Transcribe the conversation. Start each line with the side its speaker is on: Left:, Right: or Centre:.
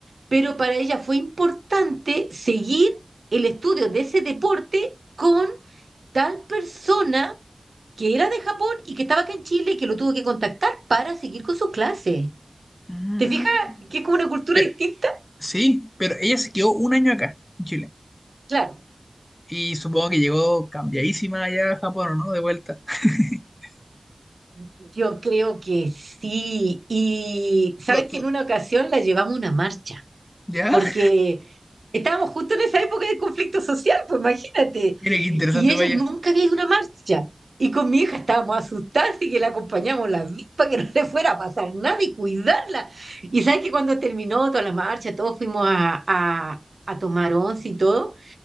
Right: pero para ella fue importante seguir el estudio de ese deporte con tal persona que era de Japón y que estaba acá en Chile y que lo tuvo que contactar para seguir con sus clases.
Left: Mm.
Right: ¿Te fijas que es como una cultura
Left: Pero,
Right: distinta?
Left: sí, pero ella se quedó un año acá, en Chile.
Right: Claro,
Left: Y supongo que llegó cambiadísima allá a Japón, ¿o ¿no? De vuelta. <laughs>
Right: yo creo que sí. Y sabes
Left: Lo-
Right: que
Left: lo-
Right: en una ocasión la llevamos a una marcha.
Left: ¿Ya?
Right: porque
Left: <laughs>
Right: estábamos justo en esa época de conflicto social, pues imagínate.
Left: Mira qué interesante,
Right: Y ella
Left: vaya.
Right: nunca había ido a una marcha. Y con mi hija estábamos asustadas y que la acompañamos las dos para que no le fuera a pasar nada y cuidarla. Y sabes que cuando terminó toda la marcha, todos fuimos a, a, a tomar once y todo.